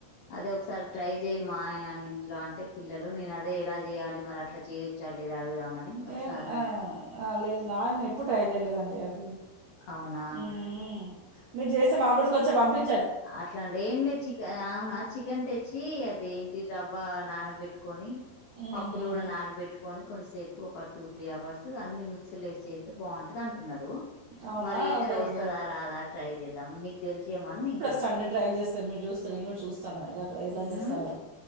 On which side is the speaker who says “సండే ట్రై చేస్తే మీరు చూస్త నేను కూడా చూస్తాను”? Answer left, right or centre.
Right